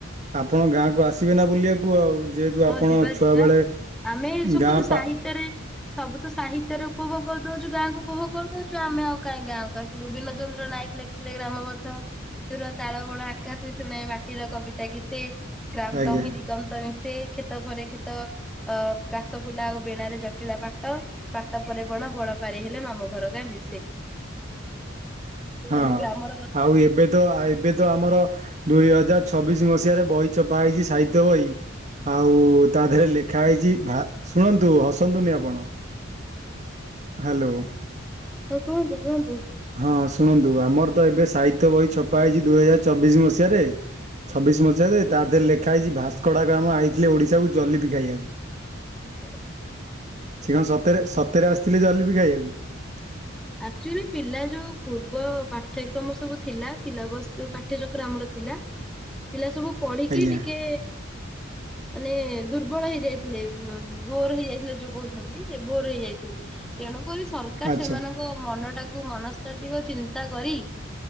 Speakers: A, on the right; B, in the centre.
A: ଆପଣ ଗାଁକୁ ଆସିବେ ନା ବୁଲିବାକୁ ଆଉ। ଯେହେତୁ
B: ହଁ
A: ଆପଣ
B: ଯିବା
A: ଛୁଆବେଳେ।
B: ଯିବା ଆମେ ସବୁ
A: ଗାଁ
B: ତ ସାହିତ୍ୟରେ
A: ପା
B: ସବୁ ତ ସାହିତ୍ୟରେ ଉପଭୋଗ। ଦଉଛୁ ଗାଁକୁ ଉପଭୋଗ କରିୁଦଉଛୁ ଆମେ ଆଉ କାହିଁ ଗାଁ କକୁ ଆସିବୁ ବିୀନଚନ୍ଦ୍ର ନାୟକ ଲେିଥିଲେ୍ରାମବନ୍ଧ। ଦୁର ତାଳବଣ ଆକାଶ ଶୁଣାଇ ମାଟିର କବିତା କିଶେ ଗ୍ରାମ
A: ଆଜ୍ଞା।
B: ସହିଁ ଦିଗନ୍ତ ମିଶେ। କ୍ଷେତ ଭରେ କ୍ଷେତ ଅ କାସ ଫୁଲା ଆଉ ବେଣରେ ଜଟିଳା ପାଟ ପାଟ ପରେ ବଣ ବଡ। ାର ହେଲେ ମାମ ଘର କାଧି
A: ହଁ
B: ତଣୁ ଗ୍ରାମ।
A: ଆଉ ଏବେ ତ ଏବେ ତ ଆମର ଦୁଇ ହଜାର ଛବିଶି ମସିହାରେ ବହି ଚପା ହେଇଛି ସାହିତ। ବହି ଆଉ ତା ଦେହରେ ଲେଖା ହେଇଛି ଶୁଣ ୁ ହସନ୍ତୁନି ଆପଣ। ହ୍ୟାଲୋ।
B: ହଁ କୁହନ୍ତୁ କୁହନ୍ତୁ।
A: ହଁ ଶୁଣନ୍ତୁ ଆମର ତ ଏବେ ସାହିତ୍ୟ ବହି ଛପା ହେଇଛି ଦୁଇ ହଜାର ଚବିଶି ମସିହାରେ। ଛବିଶ ମସିହାରେ ତାରରେ ଲେଖା ହେଇଛି ଭାସ୍କଡା ଗ୍ରାମ ହେଇଥିଲେ ଓଡିଶାକୁ ଜଲିପି ଖାଇବାକୁ।
B: ହ।
A: ସେ କଣ ସତରେ ସତରେ ଆସିଥିଲେ ଜଲ ବିି ଖାଇବାକୁ।
B: ଆକ୍ଚୁଆଲି ପିଲା ଯୋଉ ପୂର୍ବ ପାଠ୍ୟକ୍ରମ ସବୁ ଥିଲା ସିଲାବସ ଯୋଉ ପାଠ୍ୟଚକ୍ର ଆମର। ଥିଲା ପିଲା ସବୁ ପଢିକି
A: ଆଜ୍ଞା
B: ଟିକେ। ମାନେ ଦୁର୍ବଳ ହେଇ ଯାଇଥିଲେ ବୋର ହେଇ ଯାଇଥିଲେ ଯୋଉ କହୁଛନ୍ତି ସେ ବୋର ହେଇଯାଇଥିଲେ ତେଣୁକରି ସରକାର
A: ଆଚ୍ଛା
B: ସେମାନଙ୍କ ମନ ଟାକୁ ମନସ୍ତାତିିକ ଚିନ୍ତା କରି